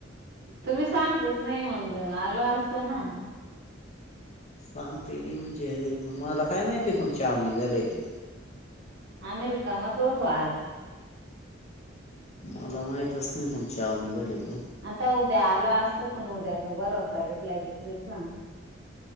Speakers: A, on the right; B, on the left.
A: तुम्हीच सांगतच नाही मगआलो असतो ना.
B: सांगती नाही म्हणजे मला काय माहितीय तुमच्या आवनी झाले ते.
A: आाम्ही रिकामच होतो आज.
B: मला माहितच नाही तूम्ही आवनी झालीये ते.
A: आता उद्या आलो असतो पण उद्या भरोसा घेतलाय दुसरीचा.